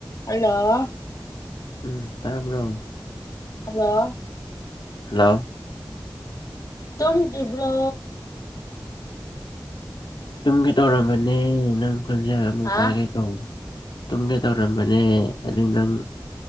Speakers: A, on the left (about 50°); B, on the left (about 85°).
A: hello
B: ꯎꯝ ꯇꯥꯕꯔꯣ
A: hello
B: hello
A: ꯇꯨꯝꯗ꯭ꯔꯤꯕ꯭ꯔꯣ
B: ꯇꯨꯝꯒꯦ ꯇꯧꯔꯕꯅꯦ ꯅꯪ ꯈꯣꯟꯖꯦꯜ ꯑꯃꯨꯛ
A: ꯍꯥ
B: ꯇꯥꯒꯦ ꯇꯧ ꯇꯨꯝꯒꯦ ꯇꯧꯔꯝꯕꯅꯦ ꯑꯗꯨ ꯅꯪ